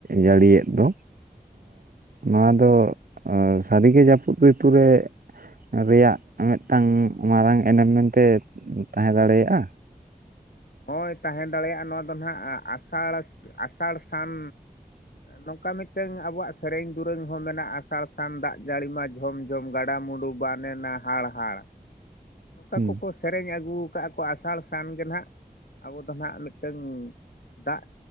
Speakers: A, on the right; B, on the left.
A: ᱡᱟᱹᱲᱤᱭᱮᱫ ᱫᱚ, ᱱᱚᱣᱟ ᱫᱚ ᱥᱟᱹᱨᱤᱜᱮ ᱡᱟᱹᱯᱩᱫ ᱨᱤᱛᱩ ᱨᱮ, ᱨᱮᱭᱟᱜ ᱢᱤᱫᱴᱟᱝ ᱢᱟᱨᱟᱝ ᱮᱱᱮᱢ ᱢᱮᱱᱛᱮ ᱛᱟᱦᱮᱸ ᱫᱟᱲᱮᱭᱟᱜᱼᱟ᱾
B: ᱦᱳᱭ, ᱛᱟᱦᱮᱸ ᱫᱟᱲᱮᱭᱟᱜᱼᱟ ᱱᱚᱣᱟ ᱫᱚ ᱦᱟᱸᱜ ᱟᱥᱟᱲ ᱟᱥᱟᱲ ᱥᱟᱱ, ᱱᱚᱝᱠᱟ ᱢᱤᱫᱴᱟᱝ ᱟᱵᱚᱣᱟᱜ ᱥᱮᱨᱮᱧ ᱫᱩᱨᱟᱹᱝ ᱦᱚᱸ ᱢᱮᱱᱟᱜᱼᱟ ᱟᱥᱟᱲ ᱥᱟᱱ ᱫᱟᱜ ᱡᱟᱹᱲᱤ ᱢᱟ, ᱡᱷᱚᱢ ᱡᱷᱚᱢ ᱜᱟᱰᱟᱢᱩᱰᱩ ᱵᱟᱱ ᱮᱱᱟ ᱦᱟᱲᱦᱟᱲ᱾ ᱱᱚᱝᱠᱟ
A: ᱦᱩᱸ
B: ᱠᱚᱠᱚ ᱥᱮᱨᱮᱧ ᱟᱹᱜᱩ ᱠᱟᱜᱼᱟ ᱠᱚ ᱟᱥᱟᱲ ᱥᱟᱱ ᱜᱮ ᱦᱟᱸᱜ ᱟᱵᱚ ᱫᱚ ᱦᱟᱸᱜ ᱢᱤᱫᱴᱟᱹᱱ ᱫᱟᱜ